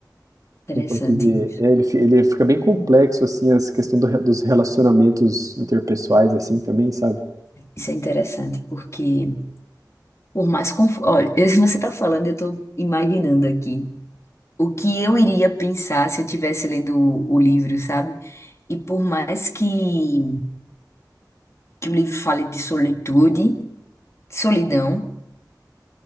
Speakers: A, on the left; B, on the right.
A: Interessante
B: como posso dizer,
A: isso.
B: é, ele, fi- ele fica bem complexo, assim, essa questão do re- dos relacionamentos interpessoais, assim, também, sabe?
A: Isso é interessante, porque por mais confuso. Olha, <laughs> se você está falando, eu estou imaginando aqui o que eu iria pensar se eu estivesse lendo o o livro, sabe? E por mais que, que o livro fale de solitude, solidão,